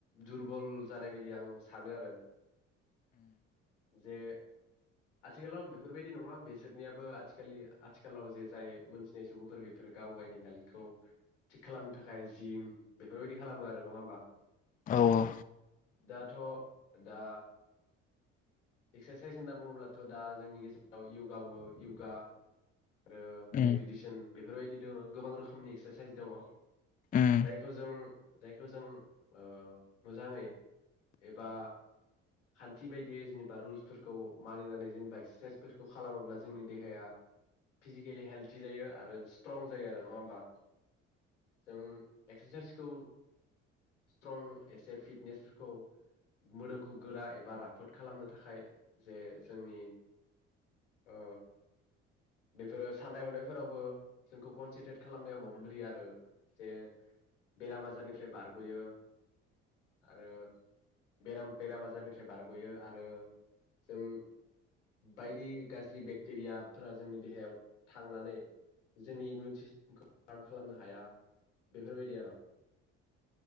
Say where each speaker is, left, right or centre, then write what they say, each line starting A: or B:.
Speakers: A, on the left (about 80°); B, on the left (about 25°).
A: दुरबल जानाय बायदि आं सानो आरो । जे आथिखालाव बेफोरबायदि नङा बेसोरनियाबो आथिखालि आथिखालाव जे जाय मोनथिनाय सुबुंफोर बेफोरो गाव गावनि हेल्थखौ थिग खालामनो थाखाय जिम बेफोरबायदि खालामो आरो नङा होमबा।
B: औ औ
A: दाथ दा एक्सारसाइस होनना बुङोब्लाथ दा जोंनि गेजेराव यगाबो यगा आरो
B: उम
A: मेडिटेसन बेफोरबायदि दङ गोबां रोखोमनि एक्सारसाइस दङ
B: उम
A: जायखौ जों जायखौ जों ओ मोजाङै एबा खान्थि बायदियै जेनेबा रुल्सफोरखौ मानिनानै जेनेबा एक्सारसाइसफोरखौ खालामोब्ला जोंनि देहाया फिजिकेलि हेल्थि जायो आरो स्ट्रं जायो आरो नङा होमबा जों एक्सारसाइसखौ स्ट्रं एसे फिटनेसफोरखौ मोदोमखौ गोरा एबा राफोद खालामनो थाखाय जे जोंनि ओ बेफोरो साननाय हनायफोरावबो जोंखौ कनसेन्ट्रेट खालामनायाव मदद होयो आरो जे बेराम आजारनिफ्राय बारगयो आरो बेराम बेराम आजारनिफ्राय बारगयो आरो जों बायदि गाज्रि बेक्टेरियाफोरा जोंनि देहायाव थांनानै जोंनि इमिउन सिस्टेमखौ हार्म खालामनो हाया बेफोरबायदि आरो